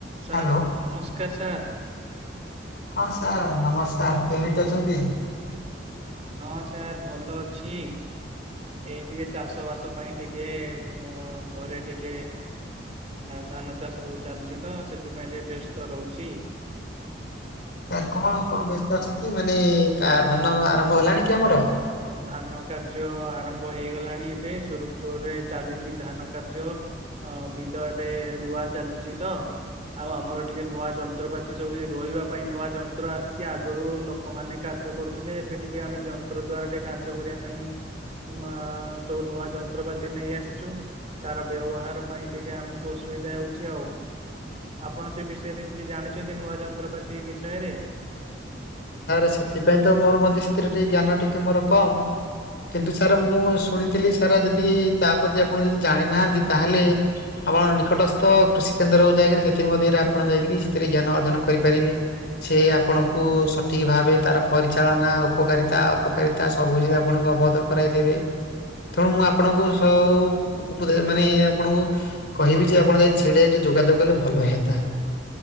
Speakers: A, on the right (about 35°); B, on the left (about 65°).
A: Sir
B: hello
A: ନମସ୍କାର sir.
B: ହଁ sir ନମସ୍କାର। କେମିତି ଅଛନ୍ତି?
A: ହଁ ସାର୍ ଭଲ ଅଛି। ଏଇ ଟିକିଏ ଚାଷ ବାସ ପାଇଁ ଟିକିଏ ମୁଁ ଘରେ ଟିକେ ଧାନ ଚାଷ ସବୁ ଚାଲିଚି ତ ସେଥିପାଇଁ ଟିକିଏ ବ୍ୟସ୍ତ ରହୁଚି। <inaudible>
B: ସାର୍ କଣ କଣ ବ୍ୟସ୍ତ ଅଛନ୍ତି ମାନେ କା ଧାନ ଆରମ୍ଭ ହେଲାଣି କି ଆମର?
A: ଧାନ କାର୍ଯ୍ୟ ଆରମ୍ଭ ହେଇଗଲାଣି ଏବେ ସୁରୁଖୁରୁରେ ଚାଲିଚି ଧାନ କାର୍ଯ୍ୟ। ହଁ ବିଲ ଏବେ ରୁଆ ଚାଲିଚି ତ ଆଉ ଆମର ଟିକିଏ ନୂଆ ଯନ୍ତ୍ରପାତି ସବୁ ରୋଇବାପାଇଁ ନୂଆ ଯନ୍ତ୍ର ଆସିଛି ଆଗରୁ ଲୋ ଲୋକମାନେ କାର୍ଯ୍ୟ କରୁଥିଲେ ଏବେ ଟିକିଏ ଆମେ ଯନ୍ତ୍ରଦ୍ଵାରା ଟିକିଏ କାର୍ଯ୍ୟ କରିବା ପାଇଁ ମାଆ ସବୁ ନୂଆ ଯନ୍ତ୍ରପାତି ନେଇ ଆସିଛୁ। ତାର ବ୍ୟବହାର ପାଇଁ ଟିକିଏ ଆମକୁ ଅସୁବିଧା ହେଉଚି ଆଉ ଆପଣ ସେ ବିଷୟରେ କିଛି ଜାଣିଚନ୍ତି ନୂଆ ଯନ୍ତ୍ରପାତି ବିଷୟରେ?
B: ସାର୍ ସେଥିପାଇଁ ତ ମୋର ମିସ୍ତ୍ରୀ ଟି ଜ୍ଞାନ ଟିକିଏ ମୋର କମ୍। କିନ୍ତୁ ସାର୍ ମୁଁ ଶୁଣିଥିଲି ସାରା ଯଦି ତା ପ୍ରତି ଆପଣ ଯଦି ଜାଣି ନାହାନ୍ତି ତାହେଲେ ଆପଣ ନିକଟସ୍ଥ କୃଷି କେନ୍ଦ୍ରକୁ ଯାଇକରି ସେଥିମଧ୍ୟରେ ଆପଣ ଯାଇକରି ସେଥିରେ ଜ୍ଞାନ ଅର୍ଜନ କରିପାରିବେ। ସେ ଆପଣଙ୍କୁ
A: ହଁ।
B: ସ ଠିକ୍ ଭାବେ ତାର ପରିଚାଳନା ଉପକାରିତା ଅପକାରିତା ସବୁସେ ଆପଣଙ୍କୁ ଅବଗତ କରାଇଦେବେ।
A: <inaudible>
B: ତେଣୁ ମୁଁ ଆପଣଙ୍କୁ ସ ଉପଦେ ମାନେ ଆପଣଙ୍କୁ କହିବି ଯେ ଆପଣ ଯଦି ଛିଡେଇଦେ ଯୋଗାଯୋଗ କଲେ ଭଲ ହେଏନ୍ତା।